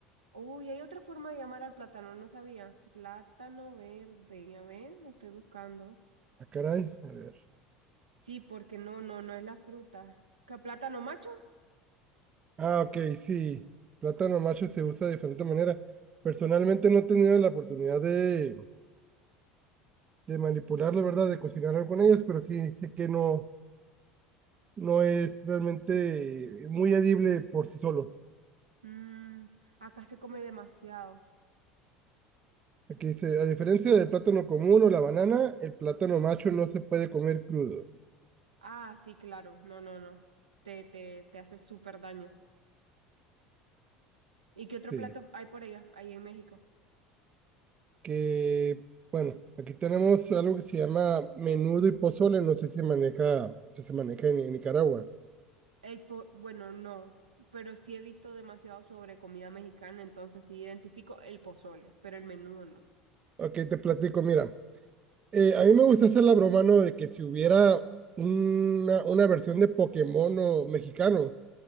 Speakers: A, on the right (about 85°); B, on the right (about 30°).
A: Uy, hay otra forma de llamar al plátano, no sabía. Plátano verde, a ver, estoy buscando.
B: Ah, caray, a ver.
A: Sí, porque no, no, no es la fruta. ¿Qué, plátano macho?
B: Ah, ok, sí. Plátano macho se usa de diferente manera. Personalmente no he tenido la oportunidad de de manipular, verdad, de cocinar algo con ellas, pero sí sé que no, no es realmente eh, muy edible por sí solo.
A: Mm, acá se come demasiado.
B: Aquí dice, a diferencia del plátano común o la banana, el plátano macho no se puede comer crudo.
A: Ah, sí, claro, no, no, no. Te, te, te hace súper daño. ¿Y qué otro
B: Sí,
A: plato hay por allá, ahí en México?
B: que, bueno, aquí tenemos algo que se llama menudo y pozole, no sé si maneja, si se maneja en, en Nicaragua.
A: El po- bueno, no, pero sí he visto demasiado sobre comida mexicana, entonces sí identifico el pozole, pero el menudo no.
B: Ok, te platico, mira, eh, a mí me gusta hacer la broma, ¿no? De que si hubiera una, una versión de Pokémon o mexicano,